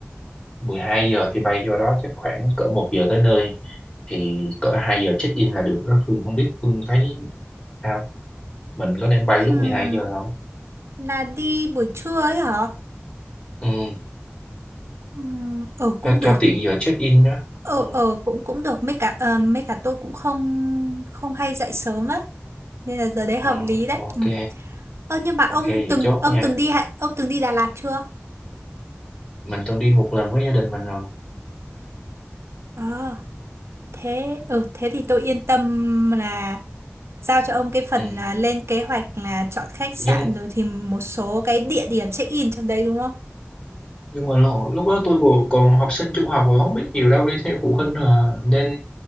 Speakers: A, on the left; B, on the right.
A: 12 giờ thì bay vô đó chắc khoảng cỡ một giờ tới nơi thì cỡ 2 giờ check in là được đó Phương không biết Phương thấy sao mình có nên bay
B: Ừm,
A: lúc 12 giờ không
B: là đi buổi trưa ấy hả?
A: ừ
B: Ừm, ừ cũng
A: cho
B: được.
A: cho tiện giờ check in đó
B: ờ
A: ừ.
B: ờ cũng cũng được mấy cả ờ, mấy cả tôi cũng không không hay dậy sớm á nên là giờ đấy
A: ờ,
B: hợp lý đấy
A: ok
B: ừ. ơ nhưng mà
A: ok
B: ông
A: vậy
B: từng
A: chốt
B: ông
A: nha
B: từng đi Hạ- ông từng đi Đà Lạt chưa
A: mình từng đi một lần với gia đình mình rồi
B: ờ thế ừ thế thì tôi yên tâm là giao cho ông cái phần
A: ừ.
B: là lên kế hoạch là chọn khách sạn
A: nhưng
B: rồi thì một số cái địa điểm check in trong đấy đúng không
A: nhưng mà lo- lúc đó tôi còn, còn học sinh trung học rồi không biết nhiều đâu đi theo phụ huynh à. nên